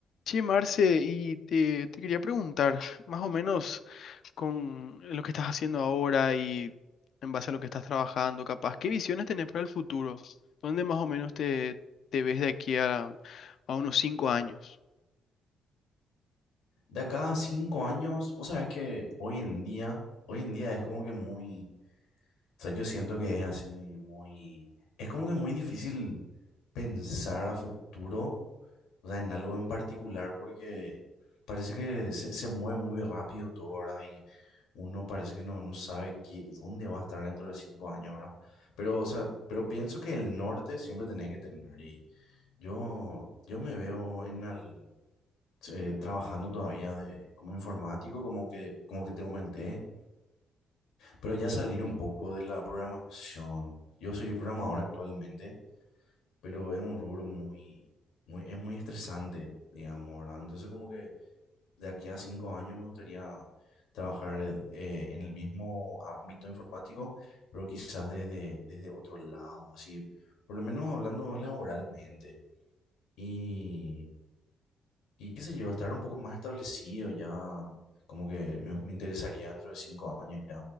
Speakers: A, on the left (about 65°); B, on the left (about 80°).
A: Che, Marce, y te, te quería preguntar, más o menos con lo que estás haciendo ahora y en base a lo que estás trabajando, capaz, ¿qué visiones tenés para el futuro? ¿Dónde más o menos te, te ves de aquí a, a unos cinco años?
B: De acá a cinco años, vos sabés que hoy en día, hoy en día es como que muy, o sea, yo siento que es así muy, es como que muy difícil pensar a futuro, o sea, en algo en particular, porque parece que se, se mueve muy rápido todo, ¿verdad? Y uno parece que no, no sabe qué, dónde va a estar dentro de cinco años, ¿verdad? Pero, o sea, pero pienso que el norte siempre tenés que tener y yo, yo me veo en al eh, trabajando todavía de, como informático, como que, como que te comenté, pero ya salir un poco de la programación. Yo soy programador actualmente, pero es un rubro muy, muy, es muy estresante, digamos, ¿verdad? Entonces como que de aquí a cinco años me gustaría trabajar eh, en el mismo ámbito informático, pero quizás desde, desde otro lado, así, por lo menos hablando laboralmente. Y Y qué sé yo, estar un poco más establecido ya, como que me, me interesaría dentro de cinco años ya